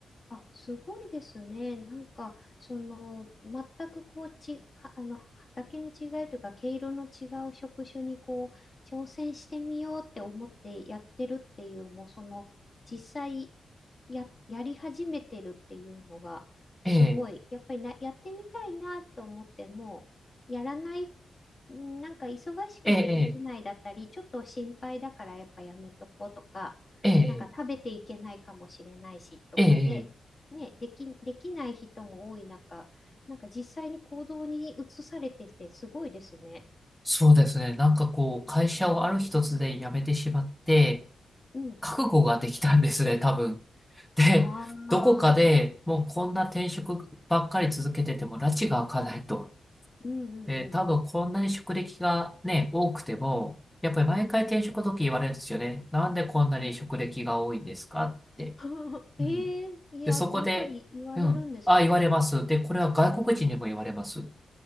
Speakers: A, on the left; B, in the centre.
A: あ、すごいですね。なんか、その、全くこう、ち、はあの、畑の違いというか、毛色の違う職種にこう、挑戦してみようって思ってやってるっていう、もうその、実際や、やり始めてるっていうのが、すごい。
B: ええ、
A: やっぱりな、やってみたいなと思っても、やらない、んなんか忙しくてできないだったり、
B: ええ、
A: ちょっと心配だからやっぱやめとこうとか、
B: ええ、
A: なんか食べていけないかもしれないしとかで、
B: ええ、ええ、ええ
A: ね、でき、できない人も多い中、なんか実際に行動に移されててすごいですね。
B: そうですね。なんかこう、会社をある一つで辞めてしまって、
A: うん。うん
B: 覚悟ができたんですね、多分。で、
A: ああ、はい
B: どこかでもうこんな転職ばっかり続けてても、埒が明かないと。
A: うんうんうんうん。
B: で、多分こんなに職歴がね、多くても、
A: うんうん。
B: やっぱり毎回転職の時言われるんですよね。なんでこんなに職歴が多いんですかって。
A: うん <laughs> ええいや、
B: うん。で、そこで、
A: やっぱり言われるんですね、
B: うん、あ、言われます。
A: そういう。
B: で、これは外国人にも言われます。
A: うん